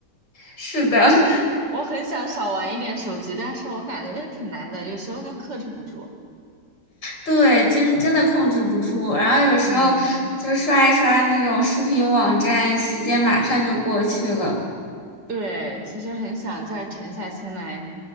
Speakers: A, on the left; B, on the right.
A: 是的。
B: 但是我很想少玩一点手机，但是我感觉又挺难的，有时候就克制不住。
A: 对，真真的控制不住。然后有时候就刷一刷那种视频网站，
B: 嗯，
A: 时间马上就过去了。
B: 对，其实很想再沉下心来